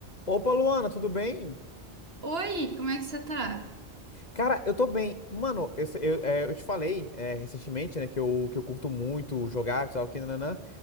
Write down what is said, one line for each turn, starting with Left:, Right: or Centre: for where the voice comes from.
Left: Opa, Luana, tudo bem?
Right: Oi, como é que você tá?
Left: Cara, eu tô bem. Mano, eu, se- eu, é, eu te falei é, recentemente, né, que eu, que eu curto muito jogar, tal, que nananã,